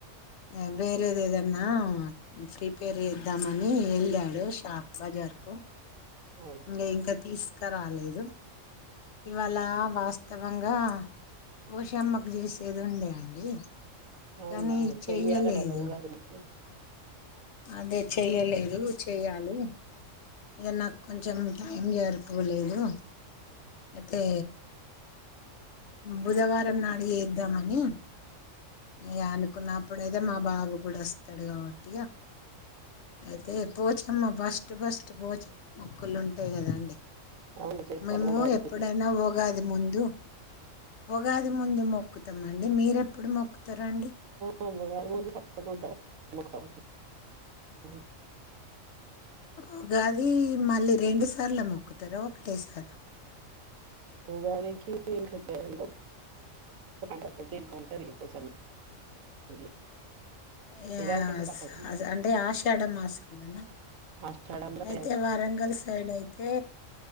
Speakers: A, on the left; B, on the right.
A: ఆ వేరేదెదన్నా ప్రిపేర్ జేద్దామని ఏళ్ళాడు షాప్ బజా. ర్కూ.
B: అవునా
A: ఇంగా ఇంకా తీస్కరాలేదు, ఇవాళా వాస్త్. త్తవంగా పోషమ్మకు జేసేదుండే అండి. !
B: అవునా
A: కానీ
B: చెయ్యాలి
A: చెయ్యలేదు.
B: కదా ఉగాది ముందు
A: అదే చెయ్యలేదు, చెయ్యాలి. ఇగా నాకొంచెం టైం జర్పోలేదు అయితే. బుధవారం నాడు ఏద్దామని. ఇయ్య అనుకున్నప్పుడైతే మా బాబు గూడా అస్తడు గా. ఇగా ఐతే పోచమ్మా బాస్. ట్ ఫస్ట్ పోచమ్మ మొక్కులుంటాయి గదా అండి. !
B: అవును చేసుకోవాలి
A: మేము
B: ఉగాది
A: ఎప్పుడైనా ఊగాది ముందు. ఉగాది ముందు మొక్కుతమండి. మీరెప్పుడు మొక్కుతారండి.?
B: <unintelligible> తప్పకుండా మొక్కుతం అండి.
A: ఊగాది మళ్ళీ రెండు సార్ల మొక్కుతరా? ఒకటేసారా.?
B: ఉగాదికి ఇంకా గ్యా <unintelligible> <unintelligible>
A: ఇంగా
B: ఉగాదికి అయితే తప్పకుండా
A: సాస్ అంటే ఆషాఢ మాసం కానా.
B: ఆషాఢంలో
A: అయితే వరంగల్ సైడైతే